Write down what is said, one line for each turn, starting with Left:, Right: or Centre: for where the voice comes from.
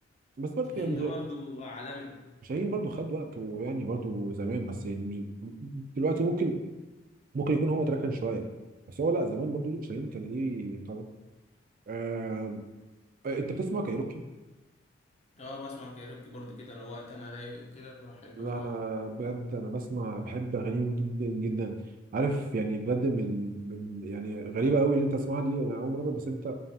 Right: بس برضو
Left: شاهين
Right: يعني
Left: ده برضو عالمي
Right: شاهين برضو خد وقت ويعني برضو زمان بس يعني مش دلوقتي ممكن ممكن يكون هو تركن شويه بس هو لا زمان برضو شاهين كان ليه طبعا آه... انت بتسمع كايروكي؟
Left: اه بسمع كايروكي برضو كده لو وقت انا رايق وكده بحب
Right: لا
Left: اسمعه
Right: انا بجد انا بسمع بحب اغانيهم جدا جدا عارف يعني بجد من من يعني غريبه قوي اللي انت تسمعها دي انا اول مره بس انت